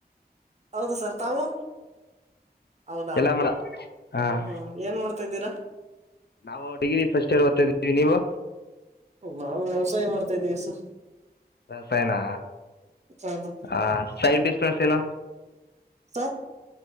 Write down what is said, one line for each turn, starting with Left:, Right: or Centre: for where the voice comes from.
Right: ಹೌದು ಸರ್ ತಾವು ಹೌದಾ
Left: ಯಲ್ಲಮಲ ಹಾಂ
Right: ಹು ಏನ್ ಮಾಡ್ತಾ ಇದಿರಾ
Left: ನಾವು ಡಿಗ್ರಿ ಫಸ್ಟ್ ಇಯರ್ ಓದತಾ ಇದೀವಿ ನೀವು
Right: ನಾವು ವ್ಯವಸಾಯ ಮಾಡ್ತಾ ಇದೀವಿ ಸರ್
Left: ವ್ಯವಸಾಯನಾ
Right: ಹೌದು
Left: ಹ ಸ ಸೆನ್
Right: sir